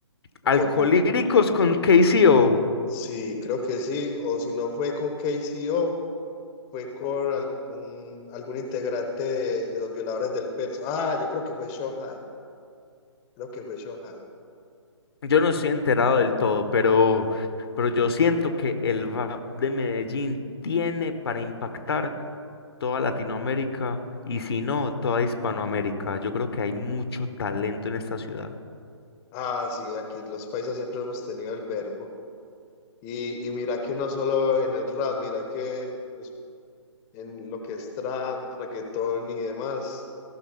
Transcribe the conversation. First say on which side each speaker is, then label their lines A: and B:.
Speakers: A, on the left; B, on the left.
A: Alcolíricos
B: con
A: con KCO.
B: Sí, creo que sí, o si no fue con KCO, fue con al- un- algún integrante de, de los violadores del verso. Ah, yo creo que fue Shohai, creo que fue Shohai.
A: Yo no estoy enterado del todo, pero, pero yo siento que el rap de Medellín tiene para impactar toda Latinoamérica y si no, toda Hispanoamérica. Yo creo que hay mucho talento en esta ciudad.
B: Ah, sí, aquí los paisas siempre hemos tenido el verbo. Y, y mira que no solo en el rap, mira que pues, en lo que es trap, reggaetón y demás,